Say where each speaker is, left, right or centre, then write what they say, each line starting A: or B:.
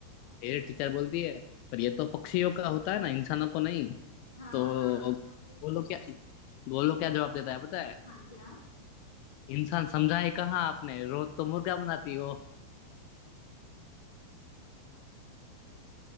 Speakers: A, on the left; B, on the left.
A: फिर टीचर बोलती है पर ये तो पक्षियों का होता है ना इंसानों को नहीं
B: हाँ
A: तो
B: हाँ तो फिर
A: गोलू क्या गोलू क्या जवाब देता है पता है
B: हाँ क्या
A: इंसान समझा ही कहाँ आपने रोज तो मुर्गा बनाती हो